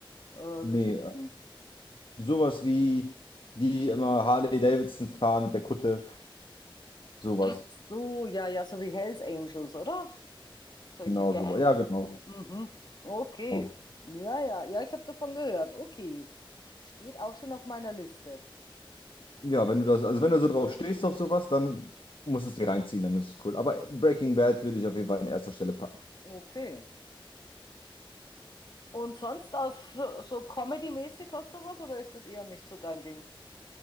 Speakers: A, on the left; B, on the left.
A: äh,
B: Nee,
A: Geschichten.
B: äh, sowas wie die immer Harley Davidson fahren mit der Kutte, sowas.
A: Ach so, ja, ja, so wie Hells Angels, oder? Solche
B: Genau,
A: Gangs.
B: sowas. Ja, genau.
A: Mhm. Okay.
B: Genau.
A: Ja, ja, ja, ich habe davon gehört. Okay. Steht auch schon auf meiner Liste.
B: Ja, wenn du das, also wenn du so drauf stehst auf sowas, dann musst du es dir reinziehen, dann ist es cool. Aber Breaking Bad würde ich auf jeden Fall an erster Stelle packen.
A: Okay. Und sonst aus f- so Comedy-mäßig hast du was oder ist das eher nicht so dein Ding?